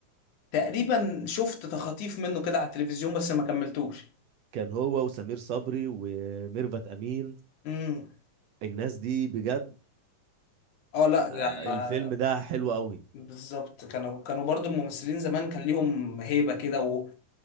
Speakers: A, on the left; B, on the right.
A: تقريبا شفت تخاطيف منه كده على التلفزيون بس ما كملتوش
B: كان هو وسمير صبري وميرفت امين
A: امم
B: الناس دي بجد
A: اه لا
B: آه،
A: لا
B: الفيلم ده حلو قوي
A: بالظبط كانوا كانوا برضو الممثلين زمان كان ليهم هيبه كده و...